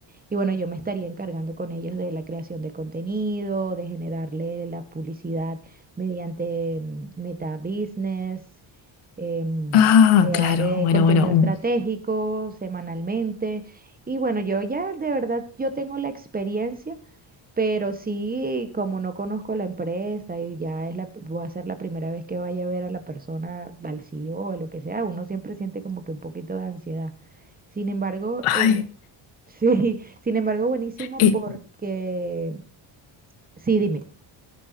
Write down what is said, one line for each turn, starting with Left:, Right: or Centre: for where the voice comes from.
Right: Y bueno, yo me estaría encargando con ellos de la creación de contenido, de generarle la publicidad mediante mm, Meta Business, em,
Left: Ah,
Right: crear
Left: claro,
Right: eh,
Left: bueno,
Right: contenido
Left: bueno. un-
Right: estratégico semanalmente. Y bueno, yo ya de verdad, yo tengo la experiencia pero sí, como no conozco la empresa y ya es la, voy a ser la primera vez que vaya a ver a la persona, al CEO o o lo que sea, uno siempre siente como que un poquito de ansiedad. Sin embargo,
Left: Ay,
Right: em, <laughs> sí, sin embargo, buenísimo
Left: eh,
Right: porque, sí, dime,